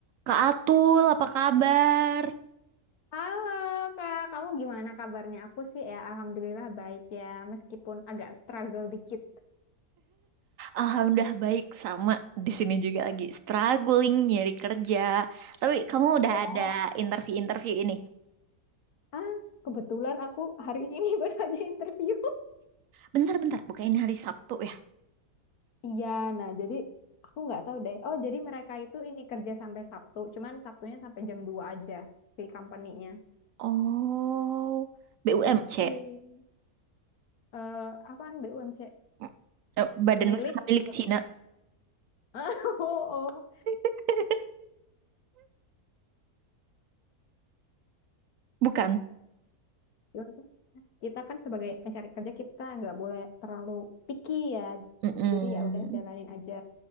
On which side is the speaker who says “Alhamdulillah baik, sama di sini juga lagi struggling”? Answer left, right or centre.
Right